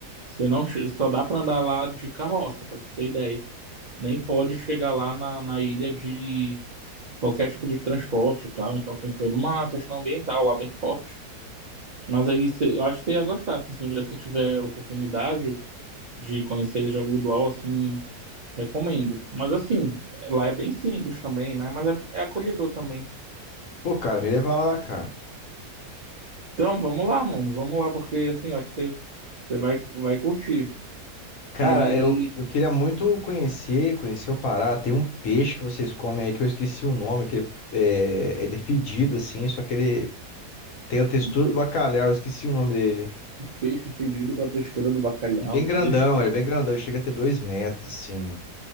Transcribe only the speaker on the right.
você não che- só dá pra andar lá de carroça, pra você ter ideia. Nem pode chegar lá na, na ilha de qualquer tipo de transporte e tal. Então tem toda uma questão ambiental lá bem forte. Mas aí você, eu acho que você ia gostar, assim, se um dia você tiver oportunidade de conhecer a Ilha de Algodoal, assim, recomendo. Mas assim, lá é bem simples também, né? Mas é, é acolhedor também.
Então, vamos lá, mano. Vamos lá, porque assim, eu acho que você, você vai, vai curtir.
E aí,
pe-
peixe fedido com a textura do bacalhau.
Deixa eu ver.